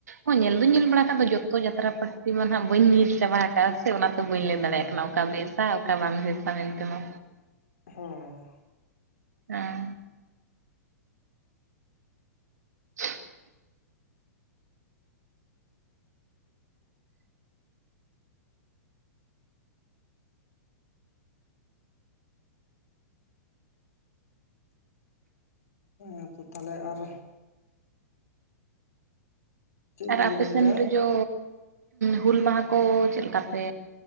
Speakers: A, on the right (about 70°); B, on the left (about 65°).
A: ᱦᱚᱸ ᱧᱮᱞ ᱫᱩᱧ ᱧᱮᱞ ᱵᱟᱲᱟ ᱟᱠᱟᱜ ᱫᱚ ᱡᱚᱛᱚ ᱡᱟᱛᱨᱟ ᱯᱟᱹᱴᱤ ᱢᱟ ᱦᱟᱸᱜ ᱵᱟᱹᱧ ᱧᱮᱞ ᱪᱟᱵᱟ ᱠᱟᱜ ᱟ ᱥᱮ ᱚᱱᱟᱛᱮ, ᱫᱚ ᱵᱟᱹᱧ
B: ᱦᱮᱸ
A: ᱞᱟᱹᱭ ᱫᱟᱲᱮᱭᱟᱜ ᱠᱟᱱᱟ ᱚᱠᱟ ᱵᱮᱥᱟ ᱚᱠᱟ ᱵᱟᱝ ᱵᱮᱥᱟ ᱢᱮᱱᱛᱮ ᱢᱟ,
B: ᱦᱮᱸ
A: ᱦᱮᱸ <inaudible>
B: ᱦᱮᱸ ᱛᱚ ᱛᱟᱦᱚᱞᱮ ᱟᱨ ᱪᱮᱫ
A: ᱟᱨ
B: ᱞᱤᱧ
A: ᱟᱯᱮ
B: ᱞᱟᱹᱭᱫᱟ
A: ᱥᱮᱱ ᱨᱮ ᱡᱚ ᱦᱩᱞ ᱢᱟᱦᱟ ᱠᱚ ᱪᱮᱫ ᱞᱮᱠᱟ ᱯᱮ